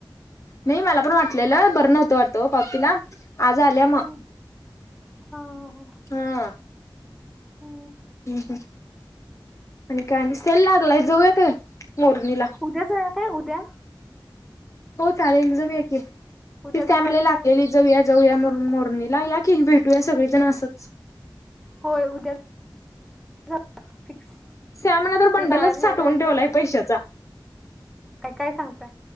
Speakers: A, on the left; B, in the centre.
A: नाही मला पण वाटलेलं बरं नव्हतं वाटतं पावतीला आज आल्या म
B: हा हो.
A: हा.
B: हो.
A: हम्म हम्म आणि काय सेल लागलाय जाऊया काय मोरणीला?
B: उद्या जाऊया, काय उद्या?
A: हो चालेल जाऊया की, तीच
B: उद्या दुपारी
A: <unintelligible> लागलेली
B: जाऊया का?
A: जाऊयात. जाऊया म्हणुन मोरणीला या कि भेटूया सगळेजण असंच.
B: होय उद्या <unintelligible> फिक्स.
A: श्यामनं तर बंडलच
B: ते बाहेर
A: साठवून
B: जा- जाण्याच्या
A: ठेवलाय
B: ह्याच्यात
A: पैशाचा.
B: काय काय सांगताय